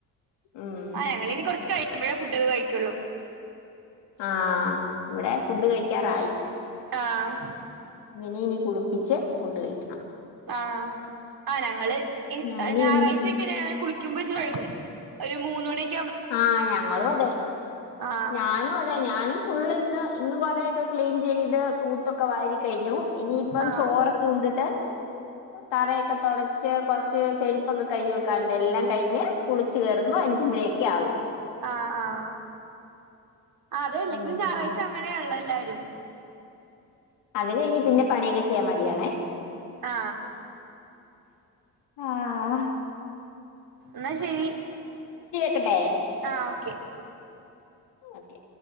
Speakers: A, on the left; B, on the right.
A: ഉം
B: ആ ഞങ്ങള് ഇനി കൊറച്ച് കഴി ഴിയുമ്പഴാ ഫുഡൊക്കെ കഴിക്കൊള്ളൂ
A: ആ ഇവിടെ ഫുഡ്ഡ് കഴിക്കാറായി
B: ആഹ്
A: മിനി ഇനി കുള് ളിച്ച് ഫുഡ്ഡ് കഴിക്കും
B: ആ അ ഞങ്ങള് ഇ
A: ഞാനും
B: ഞായറാഴ്ചൊക്കെണ്
A: ഇന്ന്
B: ങനെ കുളിക്കുമ്പോ ച്ചിരി വഴ് കും ഒരു മൂന്ന് മണിക്
A: ആ ഞങ്ങളും അതെ
B: ആഹ്
A: ഞാനും അതെ ഞാനും ഫുള്ള് ഇന്ന് ഇന്ന് കൊറെഒക്കെ ക്ലീൻ ചെയ്ത് തൂത്തൊക്കെ വാരി കഴിഞ്ഞു ഇനിയിപ്പം
B: ആഹ്
A: ചോറൊക്കെ ഉണ്ടിട്ട് തറയൊക്കെ തൊടച്ച് കൊർച്ച് ചെരുപ്പൊക്കെ കഴുകി വെക്കാൻ ഉണ്ട് എല്ലാം കഴ് ഞെ കുളിക് കേറുമ്പോ അഞ്ച് മണി ആയി
B: ആ ആ അതെ എല്ലെങ്കിലും
A: ഉം
B: ഞായറാഴ്ച്ച അങ്ങനെ ആണല്ലോ എൽ ല്ലാരും
A: അത് കഴിഞ്ഞ് പിന്നെ പണിയൊകെ ചെയ്യാൻ മടിയാണേ
B: ആ
A: ആ ആഹ്
B: ന്നാ ശെരി
A: ക്കട്ടേ
B: ആ ഓക്കെ
A: ഓക്കെ